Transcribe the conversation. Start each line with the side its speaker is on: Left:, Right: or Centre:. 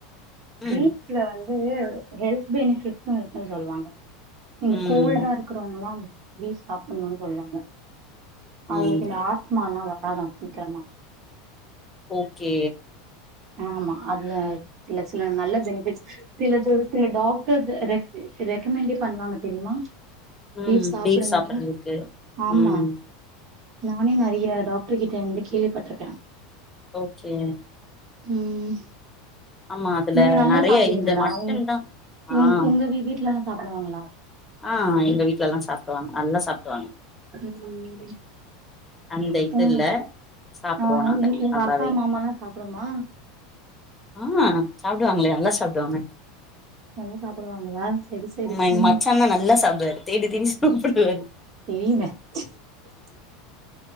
Right: பீச்ல
Left: ம்
Right: வந்து ஹெல்த் பெனிபிட்ஸ்சு இருக்குன்னு சொல்லுவாங்க இந்த
Left: ம்
Right: கோல்டா இருக்குறவுங்களா பீஃப் சாப்புட்னுன்னு சொல்லுவாங்க அவங்களுக்கு
Left: ம்
Right: இந்த ஆஸ்துமால்லா வ ராதா சிக்கிரமா
Left: ஓகே
Right: ஆமா அதுல இல்ல சில நல்ல பெனிஃபிட்ஸ் சிலது இப்ப ஒரு சில டாக்டர்ஸ் ரெக் ரெக்கமெண்டே பண்ணுவாங்க தெரியுமா
Left: ம்
Right: பீஃப் சாப்புடுங்க
Left: சாப்பட்றதுக்கு
Right: ஆமா
Left: ம்
Right: நானே நறைய டாக் ட்ரு கிட்டந்து கேள்விப்பட்ருக்கேன்
Left: ஓகே
Right: ம்
Left: ஆமா அதுல
Right: நீங்க நல்லா
Left: நறைய
Right: சாப்பிடுவீங்களா
Left: இந்த மட்டன்
Right: உங்
Left: தா
Right: உங்
Left: ஆ
Right: உங்க வீட் வீட்லல்லா சாப்புடுவாங்களா
Left: ஆ எங்க வீட்லல்லா சாப்புடுவாங்க நல்லா சாப்புடுவாங்க
Right: ம்
Left: அந்த இது
Right: ம்
Left: இல்ல சாப்டுவோ
Right: ஆ
Left: நாங்க
Right: எ எங்க
Left: நல்லாவே
Right: அக்கா மாமால்லா சாப்புடுமா
Left: ஆ சாப்டுவாங்களே நல்லா சாப்டுவாங்க
Right: நல்லா சாப்பிடுவாங்களா சரி சரி
Left: அமா எங்க
Right: ம்
Left: மச்சான் தா நல்லா சாப்டுவாரு தேடி தேடி சாப்பிடுவாரு
Right: இனிமே <unintelligible>